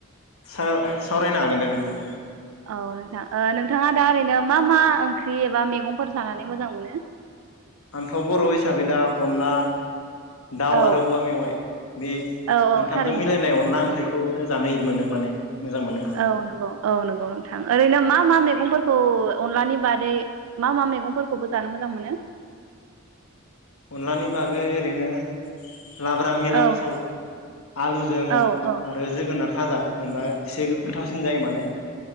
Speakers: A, on the left; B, on the right.
A: साव-सावरायनो हागोन दे नोंथां।
B: औ नोंथां ओ नोंथाङा दा ओरैनो मा मा ओंख्रि एबा मैगंफोर जानानै मोजां मोनो?
A: आंथ' बर' हिसाबै दा अनला दाउ
B: औ
A: आरो औवा मेवाइ बे
B: औ औ
A: मोनथामजों
B: थारैनो
A: मिलायनाय अनला ओंख्रिखौ खौनो जानाय हिदमोनो माने। मोजां मोनो
B: औ नंगौ औ नंगौ नोंथां ओरैनो मा मा मैगंफोरखौ खौ अनलानि बादै मा मा मैगंफोरखौबो जानो मोजां मोनो?
A: अनलानि बागै ओरैनो लाब्रा मिरामिसाव
B: औ
A: आलुजों
B: औ औ
A: आरो जोगोनार भाजा मोनबा एसे गोथावसिन जायो माने।